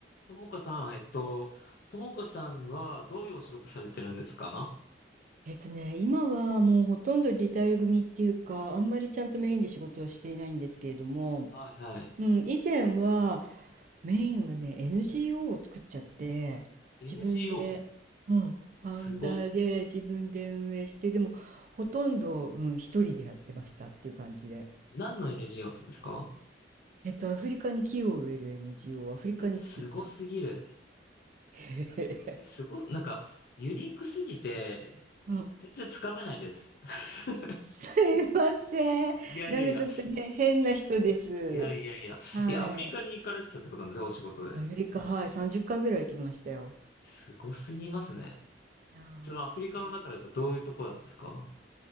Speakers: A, on the left (about 55°); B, on the right (about 45°).
A: ともこさん、えっと、ともこさんはどういうお仕事されてるんですか
B: えっとね、今はもうほとんどリタイア組っていうか、あんまりちゃんとメインで仕事はしていないんですけれども、
A: はいはい。
B: うん、以前はメインはね、NGO を作っちゃって、
A: NGO?
B: 自分で、うん、ファウンダーで自分で運営して、
A: すご。
B: でもほとんど、うん、一人でやってましたっていう感じで。
A: 何の NGO なんですか
B: えっと、アフリカに木を植える NGO をアフリカに作った。
A: え、すごすぎる。
B: <laughs>
A: え、すご、なんか、ユニークすぎて、
B: うん、
A: 全然つかめないです。<laughs>
B: <laughs> すいません。
A: いやいやいや、
B: なんかちょっとへ変な人です。
A: いやいやいや。
B: はい。
A: え、アフリカに行かれてたってことなんですかお仕事で。
B: アフリカ、はい、30回ぐらい行きましたよ。
A: すごすぎますね。
B: いやー
A: そのアフリカの中でどういうとこなんですか